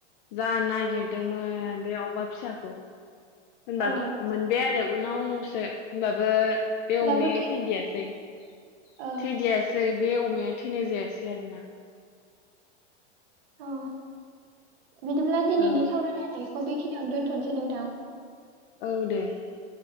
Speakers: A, on the left; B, on the right.
A: जा नागिरदोंमोन बे अमा फिसाखौ होनबाबो
B: औ
A: मोनबाय आरो । उनावसो होनबाबो बे
B: अब्लाबो
A: अमाया थैदियासै ।
B: औ
A: थैदियासै बे अमाया थैनाय जायासै आरो ना ।
B: अ बिदिब्ला दिनैनि
A: औ
B: सावरायलायनाय बेखिनियावनो दोन्थ'नोसै नोंथां ।
A: औ दे ।